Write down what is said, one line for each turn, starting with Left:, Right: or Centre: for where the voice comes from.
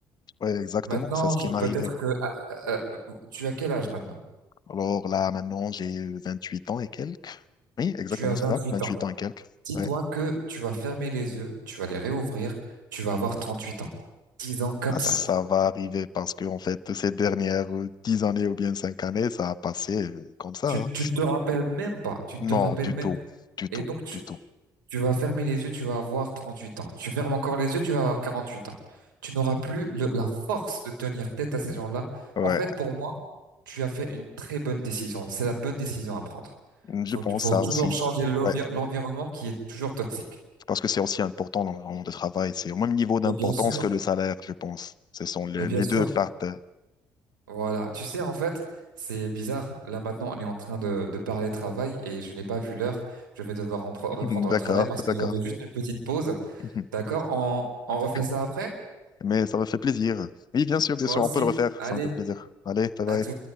Left: ouais, exactement,
Right: Maintenant,
Left: c'est ce
Right: je-
Left: qui m'arrivait.
Right: peut-être que, ah, ah, ah, tu as quel âge maintenant?
Left: Alors là, maintenant, j'ai 28 ans et quelques. Oui, exactement,
Right: Tu as 28
Left: c'est ça, vingt
Right: ans.
Left: huit ans et quelques.
Right: Dis-toi
Left: Ouais.
Right: que tu vas fermer les yeux, tu vas les réouvrir, tu vas avoir 38 ans. 10 ans comme
Left: Ah,
Right: ça.
Left: ça va arriver parce que, en fait, ces dernières euh, 10 années ou bien 5 années, ça a passé euh, comme ça.
Right: Tu,
Left: hein.
Right: tu ne te rappelles même pas, tu ne
Left: Non,
Right: te rappelles
Left: du
Right: même
Left: tout,
Right: pas.
Left: du tout,
Right: Et donc, tu
Left: du tout.
Right: Tu vas fermer les yeux, tu vas avoir 38 ans. Tu fermes encore les yeux, tu vas avoir 48 ans. Tu n'auras plus le- la force de tenir tête à ces gens-là.
Left: Ouais,
Right: En fait, pour moi, tu as fait une très bonne décision. C'est la bonne décision à prendre.
Left: je
Right: Faut,
Left: pense
Right: faut
Left: ça
Right: toujours
Left: aussi.
Right: changer l'envi-
Left: Ouais.
Right: l'environnement qui est toujours toxique.
Left: parce que c'est aussi important l'environnement de travail. C'est au même niveau d'importance
Right: Mais bien sûr,
Left: que le salaire, je pense. Ce sont les,
Right: mais bien
Left: les
Right: sûr.
Left: deux parties.
Right: Voilà. Tu sais, en fait, c'est bizarre. Là, maintenant, on est en train de, de parler travail et je n'ai pas vu l'heure. Je vais devoir en pre-
Left: <laughs>
Right: reprendre
Left: D'accord,
Right: le travail parce que
Left: d'accord.
Right: j'avais juste une petite pause.
Left: <laughs>
Right: D'accord? On, on refait
Left: D'accord.
Right: ça après?
Left: Mais ça me fait plaisir. Oui, bien sûr, bien
Right: Moi
Left: sûr,
Right: aussi.
Left: on peut le refaire.
Right: Allez.
Left: Ça me fait plaisir. Allez, bye bye.
Right: à tout